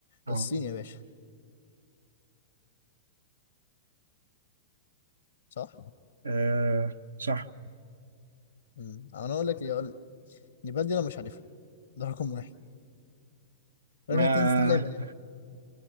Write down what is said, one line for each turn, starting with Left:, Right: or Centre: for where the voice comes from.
Right: أه
Left: الصين يا باشا صح
Right: آه، صح
Left: مم. انا اقول لك يقول... نيبال دي انا مش عارفها ده رقم واحد
Right: ما
Left: رقم اتنين استحاله يبقى اليابان